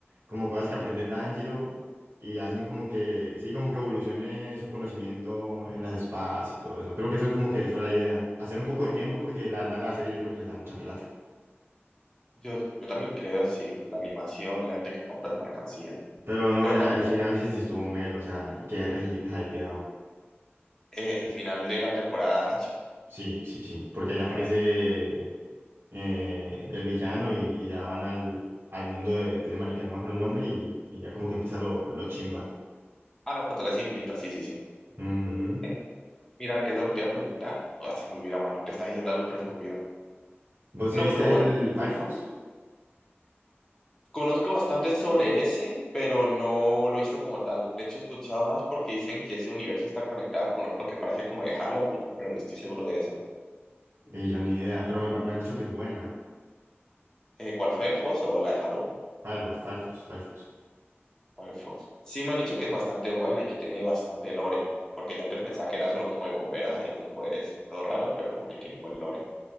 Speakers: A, on the right; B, on the left.
A: como cosas que aprende Tanjiro y hacen como que, sí, como que evolucione su conocimiento en las espadas y todo eso. Creo que eso es como que fue la idea. Hacer un poco de tiempo porque la verdad la serie yo creo que les da mucha plata.
B: Yo, yo también creo, sí, la animación y la gente que compra su mercancía.
A: Pero no,
B: Pero
A: ya
B: ¿cuántos
A: el final
B: capítulos
A: sí, sí
B: tiene?
A: estuvo melo, o sea, quedé re hypeado.
B: Eh, el final de la temporada Hachira.
A: Sí, sí, sí, porque allá aparece eh, el villano y, y ya van al, al mundo de, de ese marica, no me acuerdo el nombre, y, y ya como que empieza lo, lo chimba.
B: Ah, la fortaleza infinita, sí, sí, sí.
A: Ujú.
B: Eh, mira, ¿qué es lo que te iba a preguntar? Ah, se me olvidó, mano. Te estaba diciendo algo, pero se me olvidó.
A: ¿Vos
B: No,
A: te viste
B: pero bueno,
A: el Fire Force?
B: Conozco bastante sobre ese, pero no lo he visto como tal. De hecho, he escuchado más porque dicen que ese universo está conectado con otro que parece como de Halloween, pero no estoy seguro de eso.
A: Eh, yo ni idea, pero me, me han dicho que es buena.
B: Eh, ¿cuál, Firefox o la de Halloween?
A: Fire Force, Fire Force, Fire Force.
B: Firefox. Sí, me han dicho que es bastante buena y que tiene bastante lore, porque ya antes pensaba que era solo como de bomberos ahí con poderes todos raros, pero como que tiene un buen lore.